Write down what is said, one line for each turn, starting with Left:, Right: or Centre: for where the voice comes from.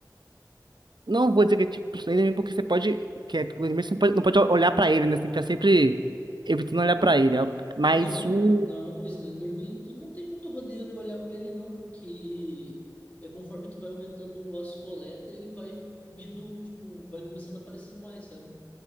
Right: não vou dizer que é tipo isso aí, porque você pode, que é, que o inimigo você não pode, não pode olhar pra ele, né, você tem que estar sempre evitando olhar pra ele, mas
Left: Não,
Right: o...
Left: não, o Slenderman, tu não tem muito rodeio de olhar para ele não, porque é conforme tu vai aumentando as coletas, ele vai vindo, tipo, vai começando a aparecendo mais, sabe?